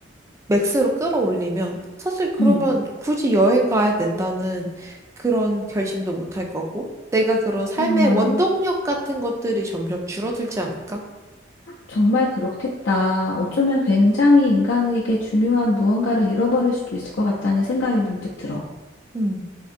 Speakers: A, on the right (about 15°); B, on the left (about 85°).
A: 맥스로 끌어올리면 사실 그러면
B: 음,
A: 굳이 여행 가야 된다는 그런 결심도 못할 거고 내가 그런 삶의
B: 정말,
A: 원동력 같은 것들이 점점 줄어들지 않을까?
B: 정말 그렇겠다. 어쩌면 굉장히 인간에게 중요한 무언가를 잃어버릴 수도 있을 것 같다는 생각이 문득 들어.
A: 음.